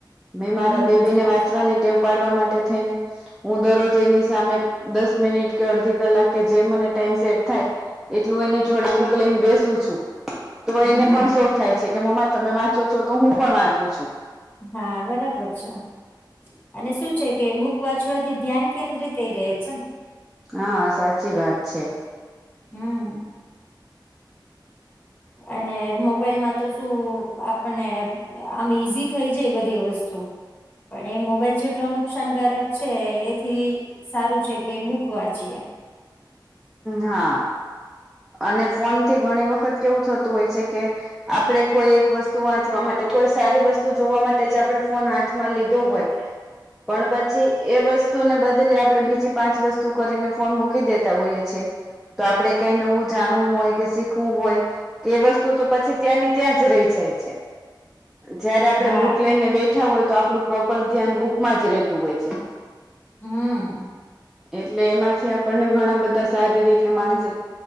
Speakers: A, in the centre; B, on the left.
A: મેં
B: હમ
A: મારા બેબી
B: સાચી
A: ને વાંચવાની ટેવ ઉપડવા માટે થઈ ને હું દરરોજ એની સામે દસ મિનિટ કે અડધી કલાક કે જે મને ટાઈમ સેટ થાય એટલું એની જોડે બુક લઈને બેસું છું તો
B: હમ
A: એને પણ શોખ થાય છે કે મમ્મા તમે વાંચો છો તો હું પણ વાંચું છું
B: હા બરાબર છે અને શું છે કે બુક વાંચવાથી ધ્યાન કેન્દ્રિત થઈ રહે છે ને
A: હા સાચી વાત છે.
B: હમ અને મોબાઈલ માં તો શું આપણને આમ ઈઝી થઈ જાય એ બધી વસ્તુ પણ એ મોબાઈલ જેટલો નુકસાનકારક છે એથી સારું છે કે બુક વાંચીએ
A: હા અને ફોનથી ઘણી વખત કેવું થતું હોય છે કે આપણે કોઈ એક વસ્તુ વાંચવા માટે કોઈ સારી વસ્તુ જોવા માટે આપણે ફોન હાથમાં લીધો હોય પણ પછી એ વસ્તુને બદલે આપડે બીજી પાંચ વસ્તુ કરીને ફોન મૂકી દે હોઈએ છે તો આપડે કઈ નવું જાણવું હોય કે શીખવું હોય કે વસ્તુ તો પછી ત્યાંની ત્યાં જ રહી જાય છે જયારે આપડે
B: હા
A: બુક લઈને બેઠા હોય તો આપડું પ્રોપર ધ્યાન બુકમાં જ રેતું હોય છે.
B: હમ
A: એટલે એમાંથી આપણને ઘણા બધાં શારીરિક ને માનસિક